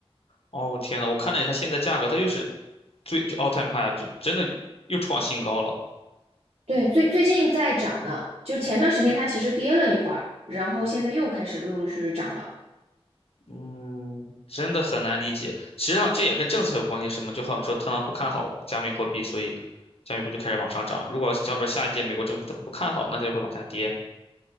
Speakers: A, on the left; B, on the right.
A: 哦天呐，我看了一眼它现在价格，它又是最就 all time high，就真的又创新高了，
B: 对，最最近在涨呢，就前段时间它其实跌了一会儿，然后现在又开始陆陆续续涨了。
A: 嗯，真的很难理解。实际上这也跟政策有关系，什么就好比说特朗普看好加密货币，所以加密货币就开始往上涨。如果要不然下一届美国政府他不看好，那它就会往下跌。